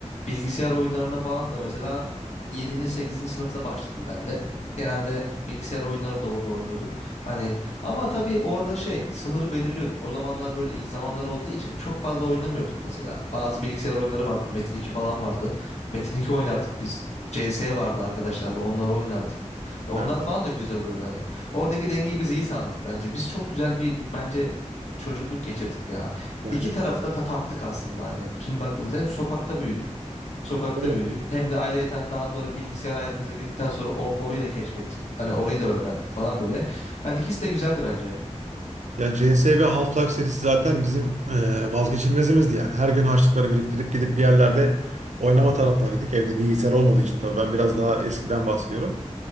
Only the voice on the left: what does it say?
bilgisayar oyunlarına falan da mesela yedinci, sekizinci sınıfta başladım ben de. Genelde bilgisayar oyunları da orada oynuyordum. Hani ama tabii orada şey sınırı belirliyorduk. O zamanlar böyle ilk zamanlar olduğu için çok fazla oynamıyorduk mesela. Bazı bilgisayar oyunları vardı. Metin 2 falan vardı. Metin 2 oynardık biz. CS vardı arkadaşlarla onları oynardık. Ve Onlar
falan da güzel oluyordu hani. Oradaki dengeyi biz iyi sağladık bence. Biz çok güzel bir bence çocukluk geçirdik ya.
İki tarafı
da tat aslında hani. Şimdi baktığımızda hem sokakta büyüdük. Sokakta
büyüdük. Hem de ayrıyeten daha sonra bilgisayar hayatımıza girdikten sonra or- orayı da keşfettik. Hani orayı da öğrendik falan böyle. Yani ikisi de güzeldi bence.